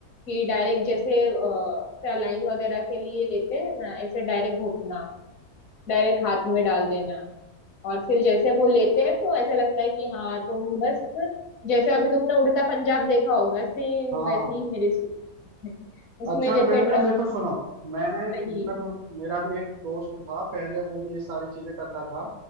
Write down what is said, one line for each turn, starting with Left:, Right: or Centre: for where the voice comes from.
Left: कि डायरेक्ट जैसे सलाइन वगैरह के लिए लेते हैं ना ऐसे डायरेक्ट घोटना डायरेक्ट हाथ में डाल देना और फिर जैसे वो लेते हैं तो ऐसा लगता है कि हाँ तुम बस जैसे अभी तुमने उड़ता पंजाब देखा होगा सेम
Right: हाँ
Left: वैसे ही मेरी स्टोरी है। <laughs> उसमें
Right: अच्छा
Left: जैसे
Right: मैं
Left: ड्रग्स
Right: ना देखो सुनो मैंने
Left: सही
Right: मतलब
Left: है
Right: मेरा भी एक दोस्त था पहले वो भी ये सारी चीजें करता था